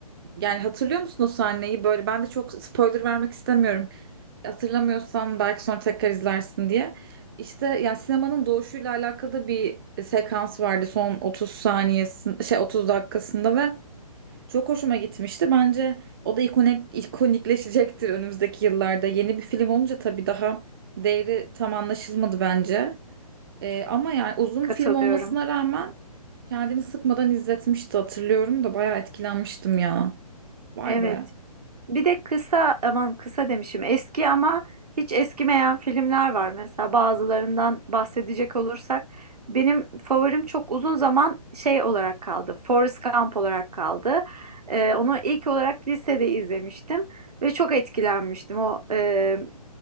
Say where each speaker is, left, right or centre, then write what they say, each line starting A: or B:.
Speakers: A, on the right; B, on the right.
A: yani hatırlıyor musun o sahneyi? Böyle ben de çok spoiler vermek istemiyorum. Hatırlamıyorsan belki sonra tekrar izlersin diye. İşte yani sinemanın doğuşuyla alakalı bir sekans vardı son 30 saniyesinde şey 30 dakikasında ve Çok hoşuma gitmişti. Bence o da ikonik, ikonikleşecektir önümüzdeki yıllarda. Yeni bir film olunca tabii daha değeri tam anlaşılmadı bence. Ee, ama yani uzun
B: Katılıyorum.
A: film olmasına rağmen kendini sıkmadan izletmişti hatırlıyorum da bayağı etkilenmiştim ya. Vay
B: Evet.
A: be.
B: Bir de kısa aman kısa demişim eski ama hiç eskimeyen filmler var. Mesela bazılarından bahsedecek olursak benim favorim çok uzun zaman şey olarak kaldı. Forrest Gump olarak kaldı. Ee, onu ilk olarak lisede izlemiştim ve çok etkilenmiştim. O, e,